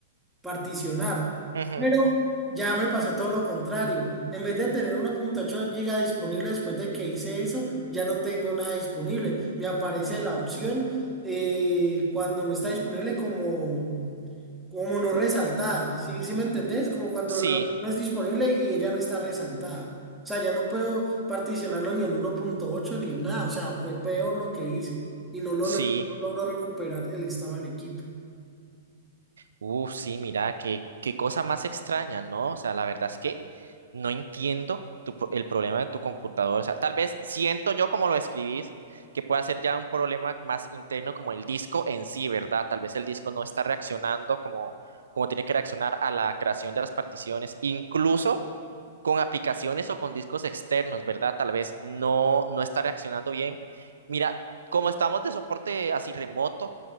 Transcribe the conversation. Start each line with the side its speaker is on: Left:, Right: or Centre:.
Centre: particionar.
Right: Ujú,
Centre: Pero ya me pasó todo lo contrario. En vez de tener 1.8 GB disponible después de que hice eso, ya no tengo nada disponible. Me aparece la opción eh, cuando no está disponible como como no resaltada, ¿sí, sí me entendés? Como cuando
Right: Sí,
Centre: la opción no es disponible y ella no está resaltada. O sea, ya no puedo particionarlo ni en uno punto ocho ni en nada. O sea, fue peor lo que hice y no lo
Right: sí.
Centre: log- logró recuperar el estado del equipo.
Right: Uf, sí, mira, qué, qué cosa más extraña, ¿no? O sea, la verdad es que no entiendo tu pro- el problema de tu computador. O sea, tal vez siento yo como lo escribís, que pueda ser ya un problema más interno como el disco en sí, ¿verdad? Tal vez el disco no está reaccionando como, como tiene que reaccionar a la creación de las particiones, incluso con aplicaciones o con discos externos, ¿verdad? Tal vez no, no está reaccionando bien. Mira, como estamos de soporte así remoto.